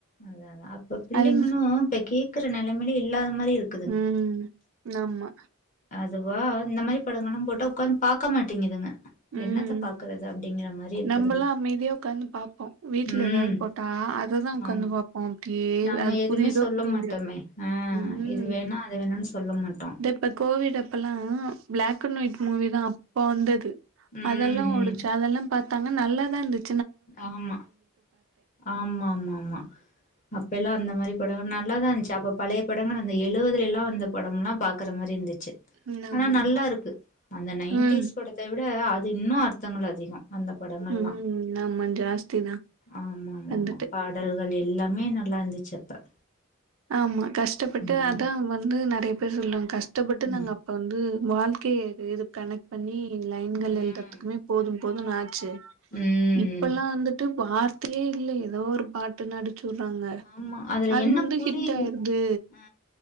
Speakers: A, on the left; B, on the right.
A: தாதா அப்ப பிள்ளைங்கனு
B: அது
A: இப்ப கேக்கற நெலமையிலு இல்லாத மாரியிருக்
B: உம் நம்மா
A: அதுவா இந்த மாரி படங்கனாம் போட்டா உக்காந் பாக்க மாட்டேங்குதுங்க
B: உம்
A: என்னத்த பாக்குறது அப்டிங்கிற மாரி இருக்குதுங்க
B: நம்பல்லா அமைதியா உக்காந்து பாப்போ வீட்ல
A: ம்
B: எதாது போட்டா அ அததா உக்காந்து
A: ஆமா
B: பாப்போம் ட்டேவ்
A: நம்ம
B: அது
A: எதுமே
B: புரிதோ
A: சொல்ல
B: புரிலியோ
A: மாட்டோமே ஆ
B: உம்
A: இது வேணா அது வேணான்னு சொல்ல மாட்டோ
B: தெப்பக்கு கோவிடப்பலா பிளாக் அண்ட் ஒயிட் மூவிதா அப்ப வந்தது
A: ம்
B: அதெல்லா ஓடுச்சு
A: ம்
B: அதெல்லாம் பாத்தாங்க நல்லாதாந்துச்
A: ஆமா ஆமா மா மா அப்பிலா அந்த மாரி படங்கள் நல்லாதாஞ்ச்சு அப்ப பழைய படங்கள் அந்த எழுவதலெல்லா வந்த படம்லா பாக்கற மாரி இந்துச்சு
B: ம்
A: ஆனா
B: ஆமா
A: நல்லாருக்கு
B: ஆமா
A: அந்த நைன்டீஸ்
B: ம்
A: படத்த விட அது இன்னு அர்த்தங்கள் அதிக அந்த படங்கள்லா
B: ம் ஆமா ஜாஸ்தி தா
A: ஆமா ஆமா
B: வந்துட்டு
A: மா பாடல் அதல் எல்லாமே நல்லாந்துச்சு அப்ப
B: ஆமா கஷ்டப்பட்டு
A: ம்.
B: அதா வந்து நெறைய பேர் சொல்றாங்க கஷ்டப்பட்டு
A: ம்.
B: நாங்க அப்ப வந்து வாழ்க்கைய இது இது கனெக்ட் பண்ணி லைன்கள்
A: ம்.
B: எழுதறத்துக்குமே போதும் போதுனு ஆச்சு
A: ம்.
B: இப்பல்லா வந்துட்டு வார்த்தையே இல்ல எதோ ஒரு பாட்டு நடி ச்சுர்றாங்க
A: ஆமா. அதுல
B: அது
A: என்ன
B: வந்து
A: புரியுது?
B: ஹிட்டாயிருது
A: ஆ.